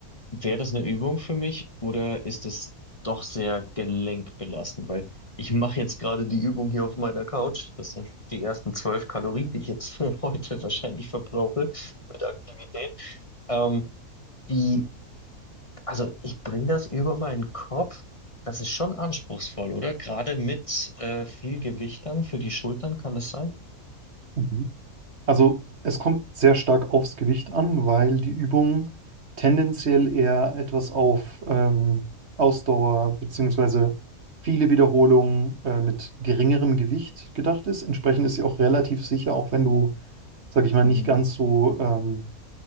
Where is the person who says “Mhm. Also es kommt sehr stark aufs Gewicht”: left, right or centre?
Right